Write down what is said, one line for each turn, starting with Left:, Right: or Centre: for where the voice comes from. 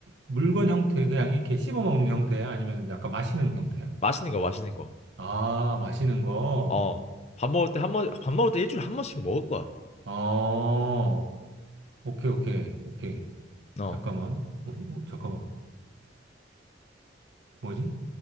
Right: 물건 형태, 그냥 이렇게 씹어 먹는 형태야? 아니면 약간 마시는 형태야?
Left: 맛있는 거, 맛있는 거.
Right: 아, 마시는 거.
Left: 어, 밥 먹을 때 한 번, 밥 먹을 때 일주일에 한 번씩 먹을 거야.
Right: 어, 오케이, 오케이, 오케이.
Left: 어,
Right: 잠깐만. 어, 어, 잠깐만. 뭐지?